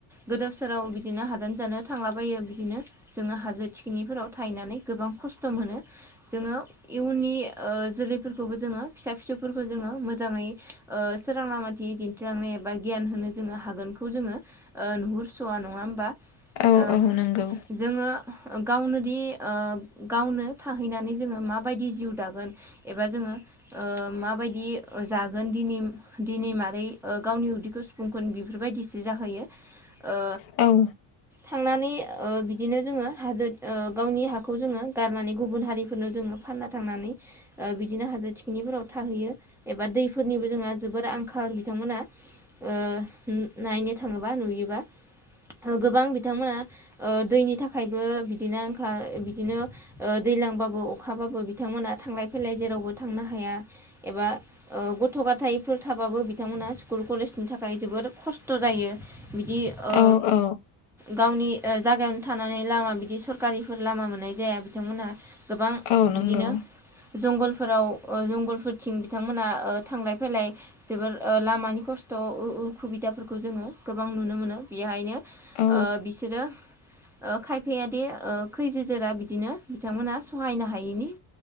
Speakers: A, in the centre; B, on the left.
A: गोदाव सोराव बिदिनो हादान जानो थांलाबायो बिदिनो जोङो हाजो थिखिनिफोराव थायनानै गोबां खस्थ' मोनो जोङो इयुननि ओ जोलैफोरखौबो जोङो फिसा फिसौफोरखौ जोङो मोजाङै ओ सोरां लामाथि दिन्थिलांनो एबा गियान होनो जोङो हागोनखौ जोङो ओ नुहुरस'या नङा होमबा
B: औ
A: ओ
B: औ नंगौ
A: जोङो गावनो दि ओ गावनो थाहैनानै जोङो माबायदि जिउ दागोन एबा जोङो ओ माबायदि जागोन दिनि दिनि मारै ओ गावनि उदिखौ सुफुंखोन बेफोरबायदिसो जाहोयो ओ
B: औ
A: थांनानै ओ बिदिनो जोङो हाजो ओ गावनि हाखौ जोङो गारनानै गुबुन हारिफोरनो जोङो फानना थांनानै ओ बिदिनो हाजो थिखिनिफोराव थाहैयो एबा दैफोरनिबो जोंहा जोबोर आंखाल बिथांमोना ओ नायनो थाङोबा नुयोबा गोबां बि बिथांमोना ओ दैनि थाखायबो बिदिनो आंखाल बिदिनो ओ दैलांबाबो अखाबाबो बिथांमोना थांलाय फैलाय जेरावबो थांनो हाया एबा ओ गथ' गाथायफोर थाबाबो बिथांमोनहा स्कुल कलेजनि थाखाय जोबोर खस्थ' जायो बिदि ओ
B: औ औ
A: गावनि ओ जागायावनो थानानै लामा बिदि सरकारिफोर लामा मोननाय जाया बिथांमोना गोबां
B: औ नंगौ
A: बिदिनो जंगलफोराव ओ जंगलफोरथिं बिथांमोना ओ थांलाय फेलाय जोबोर ओ लामानि खस्थ' उ-उखुबिदाफोरखौ जोङो गोबां नुनो मोनो बेहायनो
B: औ
A: ओ बिसोरो ओ खायफायादि ओ खैजो जोरा बिदिनो बिथांमोना सहायनो हायैनि